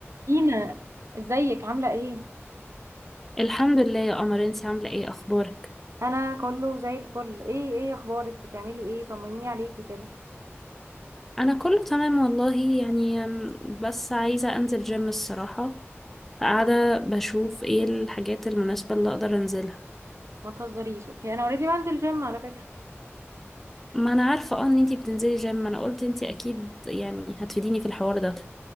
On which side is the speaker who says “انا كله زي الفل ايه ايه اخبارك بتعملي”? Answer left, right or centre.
Right